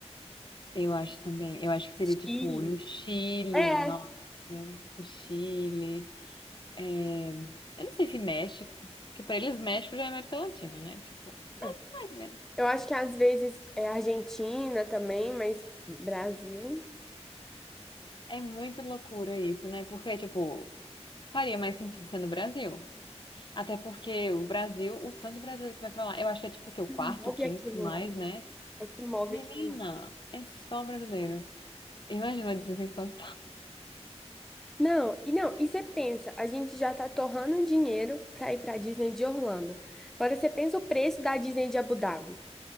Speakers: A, on the left (about 45°); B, in the centre.
A: Eu acho também. Eu acho que seria
B: Chile.
A: tipo no Chile,
B: É,
A: nossa, no Chile. É, Eu não sei se México, porque pra eles México já é América Latina, né? Tipo,
B: é.
A: mais ou menos.
B: eu acho que às vezes é Argentina também, mas Brasil,
A: É muita loucura isso, né? Porque, tipo, faria mais sentido ser no Brasil. Até porque o Brasil, o tanto de brasileiro que vai pra lá, eu acho que é tipo
B: é
A: o
B: o
A: quê?
B: que
A: O quarto,
B: move
A: quinto
B: aquilo
A: mais,
B: lá.
A: né?
B: É o que move
A: Menina,
B: aquilo lá.
A: é só brasileiro. Imagina a desinfecção
B: Não, e não, e você pensa, a gente já tá torrando dinheiro pra ir pra Disney de Orlando. Agora você pensa o preço da Disney de Abu Dhabi.